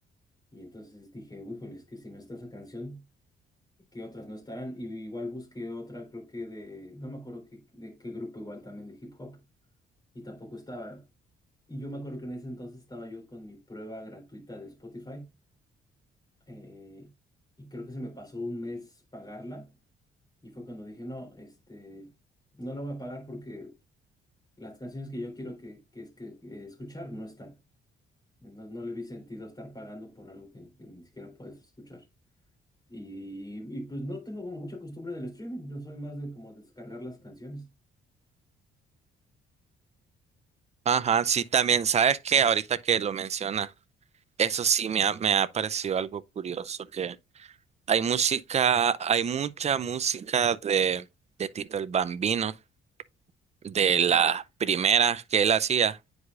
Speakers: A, on the left; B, on the right.
A: Y entonces dije, híjole, es que si no está esa canción, que otras no estarán. Y igual busqué otra, creo que de, no me acuerdo que, de qué grupo, igual también de hip hop, y tampoco estaba. Y yo me acuerdo que en ese entonces estaba yo con mi prueba gratuita de Spotify, eh, y creo que se me pasó un mes pagarla, y fue cuando dije, no, este, no la voy a pagar porque las canciones que yo quiero que, que, es que eh, escuchar no están. No, no le vi sentido estar pagando por algo que, que ni siquiera puedes escuchar. Y, y, pues no tengo como mucha costumbre del streaming, yo soy más de como descargar las canciones.
B: Ajá, sí, también, sabes que ahorita que lo menciona, eso sí me ha, me ha parecido algo curioso, que hay música, hay mucha música de, de Tito el Bambino, de las primeras que él hacía,